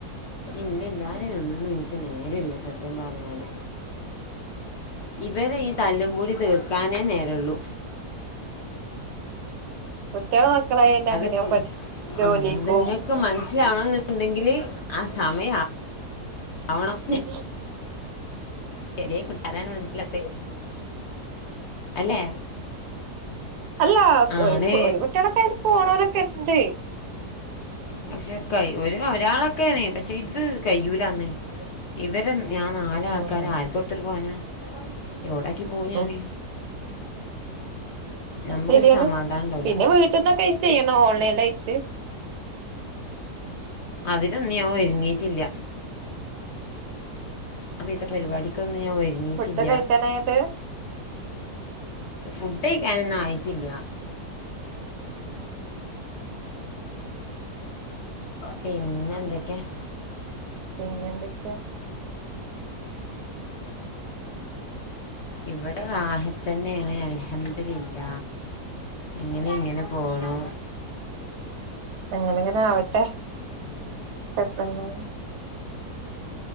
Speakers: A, on the left (about 60°); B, on the right (about 85°).
A: ഇല്ല ഇല്ലാതിൊന്നും ഇനിക്ക് നേരല്ല സത്യം പറഞ്ഞല് ഇവരെ ഈ തല്ലപൂടി തീര്ക്കാനേ നേരുള്ളൂ
B: കുട്ടികളെ മക്കളായല്ലാം
A: അതിപ്പോ
B: അങ്ങനെയ ജോലിക്കും
A: ആ അത് നിങ്ങൾക്ക് മനസ്സിലാവണം എന്നുണ്ടെങ്കിൽ ആ സമയം ആവണം
B: ഉ
A: ചെറിയ കുട്ടതാണ് മനസ്സിലാത്തത് അല്ലേ
B: അല്ല
A: ആണ്
B: ഒരു ഒരു കുട്ടിയുടെൊക്കെ പോണവനൊക്കെ ഉണ്ട്
A: പക്ഷെ ക ഒ ഒരാളൊക്കെയണ പക്ഷെ ഇത് കഴൂല അന്ന് ഇവരെ ഞാൻ നാല്
B: ഉം
A: ആൾക്കാര ആർക്ക്‌ കൊടുത്തിട്ട് പോനാ എവിടാക്കി പോവും ഞാന്
B: ഉം
A: നമുക്കൊരു
B: ശരിയാണ്
A: സമാധാനം ഉണ്ടാവില്ല
B: പിന്നെ വീട്ടിൽന്നൊക്കെഴച്ച് ചെയ്യണ ഓൺലൈനൽ അയച്ച്
A: അതിലൊന്നും ഞാൻ ഒരുങ്ങിട്ടില്ല അപ്പൊ ഇത പരിപാടിക്കൊന്നും ഞാൻ ഒരുങ്ങീട്ടില്ല
B: ഫുഡ് കഴിക്കാനായിട്ട്
A: ഫുഡ് കഴിക്കാനൊന്നും ആയിച്ചില്ല പിന്നെ എന്തക്കെയാ?
B: പിന്നെ എന്തൊക്കെയാ?
A: ഇവിടെ വാഹ തന്നെയാണ് അൽഹംദിലില്ല. ഇങ്ങനെ ഇങ്ങനെ പോണു.
B: എങ്ങനങ്ങനെ ആവട്ടെ പെട്ടന്ന്